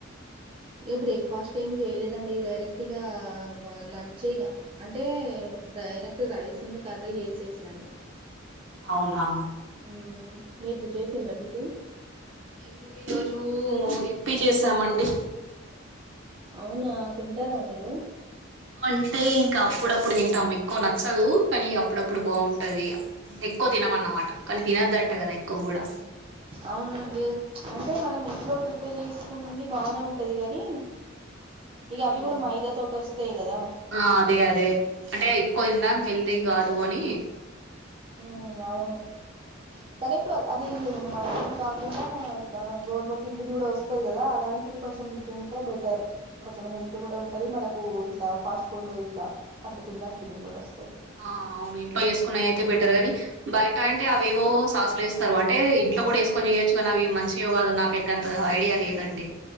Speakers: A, on the right; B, on the right.
A: ఇక బ్రేక్ఫాస్ట్ ఏం చేయలేదండి డైరెక్ట్గా లంచే ఇగా అంటే డైరెక్ట్ రైస్ని కర్రీ చేసేసాను
B: అవునా
A: హుమ్ మీది చేసిందా టిఫిన్
B: మేము ఈరోజు ఇప్పి చేసామండి
A: అవునా తింటారా మీరు
B: అంటే ఇంకా అప్పుడప్పుడు తింటాం ఎక్కువ నచ్చదు కానీ అప్పుడప్పుడు బాగుంటది ఇగా ఎక్కువ తినమన్నమాట అది తినొద్దంట కదా ఎక్కువ కూడా
A: అవునండి అంటే మనం ఇంట్లోకి చేసుకుని తిని బానే ఉంటది గాని ఇగా
B: ఉమ్.
A: అవి కూడ మైదా తోటి వస్తాయి కదా
B: ఆ అదే అదే అంటే ఎక్కువ తిన్నా హెల్దీ కాదు అని
A: హుమ్ అవును కానీ ఎప్పుడు అది మైదా కాకుండా ఇట్లా గోధుమ పిండిది కూడా వస్తుంది కదా అలాంటిది కొంచెం ఇంకా బెటర్ కొంచెం హెల్త్ కూడా ఉంటది మనకు ఇట్లా ఫాస్ట్ ఫుడ్ ఇట్లా అట్లా తిన్న ఫీలింగ్ కూడా వస్తుంది
B: ఆ అవును ఇంట్లో చేసుకున్నయి అయితే బెటర్ గాని బయట అంటే అవేవో సాస్లు వేస్తారు అంటే ఇంట్లో కూడా వేసుకొని చేయొచ్చు కానీ అవి మంచిగా కాదు నాకైతే అంత ఐడియా లేదండి